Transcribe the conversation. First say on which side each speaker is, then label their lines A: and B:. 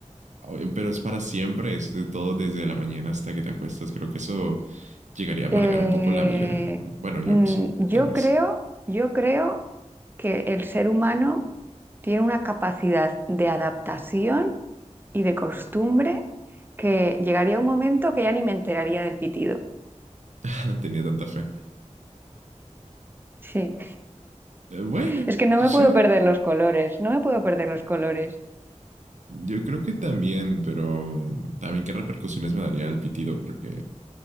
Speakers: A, on the right; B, on the right.
A: oye, pero es para siempre, es de todo desde la mañana hasta que te acuestas. Creo que eso llegaría a amargar
B: Eh,
A: un poco la vida. Bueno, yo
B: mm,
A: no sé,
B: yo
A: tal vez.
B: creo, yo creo que el ser humano tiene una capacidad de adaptación y de costumbre que llegaría un momento que ya ni me enteraría del pitido.
A: <laughs> Tenía tanta fe.
B: Sí,
A: Eh, bueno,
B: es que no
A: sí,
B: me puedo perder los colores, no me puedo perder los colores.
A: yo creo que también, pero mm, también qué repercusiones me daría el pitido, porque